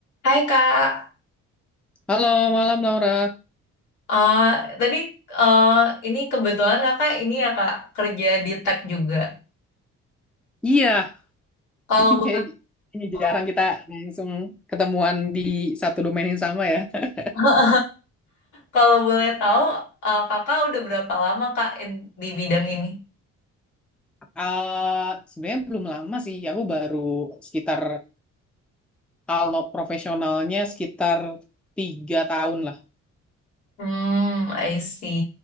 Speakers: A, on the left (about 80°); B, in the centre.
A: Hai Kak,
B: Halo, malam Laura.
A: Eh tadi eh ini kebetulan Kakak ini ya Kak kerja di tech juga.
B: Iya,
A: Kalau
B: <laughs>
A: boleh
B: kayak ini
A: tahu,
B: jarang kita langsung ketemuan di satu domain yang sama ya. <laughs>
A: <laughs> kalau boleh tahu eh, Kakak udah berapa lama Kak in- di bidang ini?
B: Eh, sebenarnya belum lama sih, aku baru sekitar kalau profesionalnya sekitar tiga tahun lah.
A: Hmm, I see.